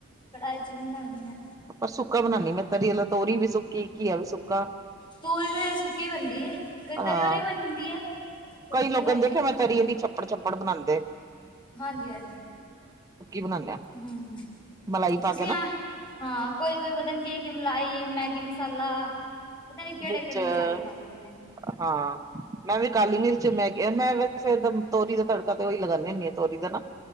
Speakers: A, on the left; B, on the right.
A: ਕੜਾਹੀ ਚ ਵੀ ਬਣਾ ਲੈਣੇ ਆ।
B: ਪਰ ਸੁੱਕਾ ਬਣਾਨੀ ਮੈਂ ਤਰੀ ਵਾਲਾ ਤੋਰੀ ਵੀ ਸੁੱਕੀ ਘੀਆ ਵੀ ਸੁੱਕਾ
A: ਤੋਰੀ ਤੇ ਸੁੱਕੀ ਬਣਦੀ ਐ ਕਈ
B: ਹਾਂ
A: ਤਰੀ ਵਾਲੀ ਵੀ ਬਣ ਜਾਂਦੀ ਐ ਸੁੱਕੀ
B: ਕਈ ਲੋਕਾਂ
A: ਵੀ ਬਣ
B: ਨੇ
A: ਜਾਂਦੀ
B: ਦੇਖਿਆ ਮੈਂ
A: ਐ।
B: ਤਰੀ ਆਲੀ ਚੱਪੜ ਚੱਪ ੜ ਬਣਾਂਦੇ,
A: ਹਾਂਜੀ ਹਾਂਜੀ,
B: ਬਣਾਉਂਦੇ ਹਾਂ
A: ਹੂੰ,
B: ਮਲਾਈ
A: ਤੁਸੀਂ
B: ਪਾ ਕੇ ਨਾ
A: ਆ ਹਾਂ, ਕੋਈ ਕੋਈ ਪਤਾ ਨੀ ਕੇ ਕੀ ਮਲਾਈ ਮੈਗੀ ਮਸਾਲਾ, ਪਤਾ ਨੀ ਕਿਹੜੇ
B: <unintelligible>
A: ਕਿਹੜੇ ਮਸਾਲੇ ਪਾਉਂਦੇ ਨੇ
B: ਹਾਂ, ਮੈਂ ਵੀ ਕਾਲੀ ਮਿਰਚ ਮੈਂ ਮੈਂ ਵੈ ਫੇ ਤੋਰੀ ਦਾ ਤੜਕਾ ਤੇ ਓਹੀ ਲਗਾਨੀ ਹੁੰਨੀ ਆ। ਤੋਰੀ ਦਾ ਨਾ